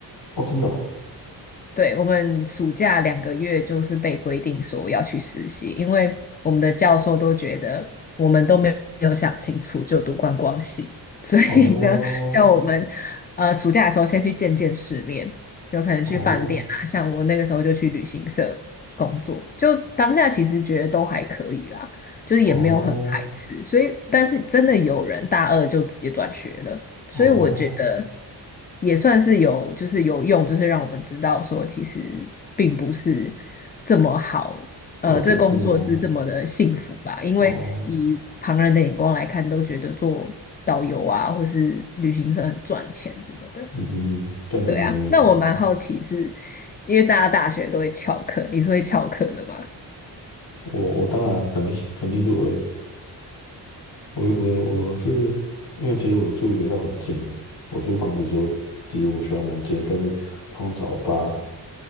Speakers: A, on the left (about 65°); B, on the left (about 25°).
A: 哦，真的哦，
B: 对，我们暑假两个月就是被规定说要去实习，因为我们的教授都觉得我们都没有想清楚就读观光系，<laughs> 所以呢，
A: 哦，
B: 叫我们呃暑假的时候先去见见世面，有可能去饭店啊，
A: 哦，
B: 像我那个时候就去旅行社工作，就当下其实觉得都还可以啦，就是也没有很排斥，
A: 哦，
B: 所以但是真的有人大二就直接转学了。
A: 哦，
B: 所以我觉得也算是有，就是有用，就是让我们知道说，其实并不是这么好，呃，
A: 哦，就这么哦，
B: 这工作是这么的幸福吧？因为以旁人的眼光来看，
A: 哦，
B: 都觉得做导游啊，或是旅行社很赚钱什么的。
A: 嗯哼，但其实没有，
B: 对啊，那我蛮好奇是，
A: 哦，
B: 因为大家大学都会翘课，你是会翘课的吗？
A: 我我当然肯定肯定是我。我我我是因为其实我住学校很近，我租房子就离我们学校蛮近的但是通常早八